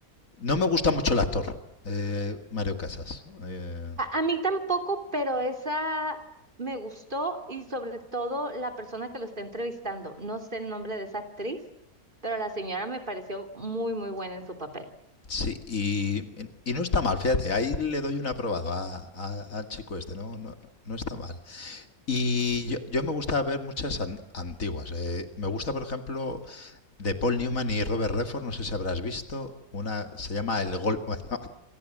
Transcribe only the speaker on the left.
No me gusta mucho el actor, eh, Mario Casas. Eh,
Sí, y, y no está mal, fíjate, ahí le doy un aprobado a- a- al chico este, no, no, no está mal. Y yo, yo me gusta ver muchas an- antiguas. eh, me gusta, por ejemplo, de Paul Newman y Robert Redford, no sé si habrás visto, una se llama El Golpe, <laughs> bueno,